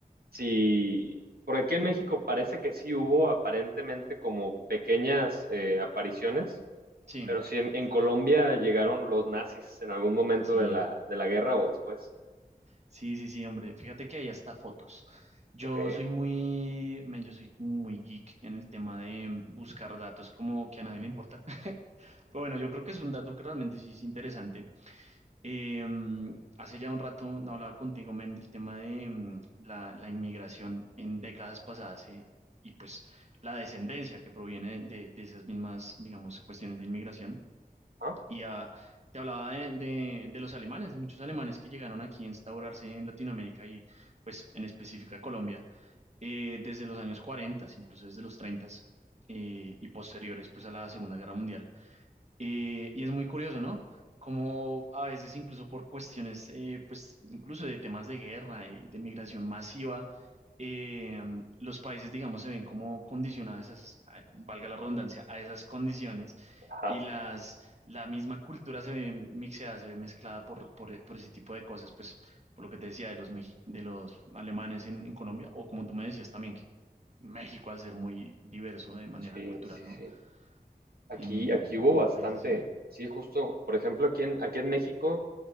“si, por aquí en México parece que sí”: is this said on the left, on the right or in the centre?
Right